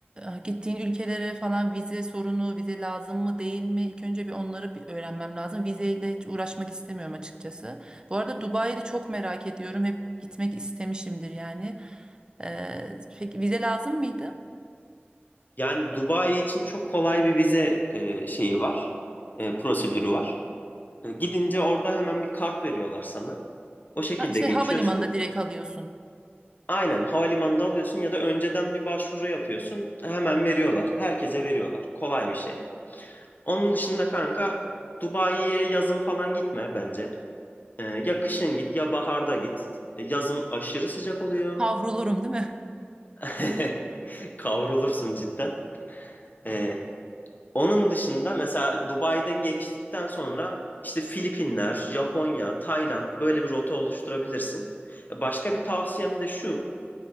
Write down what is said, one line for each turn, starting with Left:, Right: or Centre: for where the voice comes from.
Right: e, gittiğin ülkelere falan vize sorunu, vize lazım mı değil mi? İlk önce bir onları bir öğrenmem lazım. Vizeyle hiç uğraşmak istemiyorum açıkçası. Bu arada Dubai'yi de çok merak ediyorum. Hep gitmek istemişimdir yani. E, peki vize lazım mıydı?
Left: Yani Dubai için çok kolay bir vize e, şeyi var, e, prosedürü var. E, gidince orada hemen bir kart veriyorlar sana. O şekilde
Right: Ha, şey
Left: geçiyorsun.
Right: havalimanında direkt alıyorsun.
Left: Aynen havalimanında alıyorsun ya da önceden bir başvuru yapıyorsun. Hemen veriyorlar. Herkese veriyorlar. Kolay bir şey. Onun dışında kanka Dubai'ye yazın falan gitme bence. E, ya kışın git ya baharda git. E, yazın aşırı sıcak oluyor.
Right: Kavrulurum değil mi?
Left: <laughs> Kavrulursun cidden. E, Onun dışında mesela Dubai'den geçtikten sonra işte Filipinler, Japonya, Tayland böyle bir rota oluşturabilirsin. Başka bir tavsiyem de şu.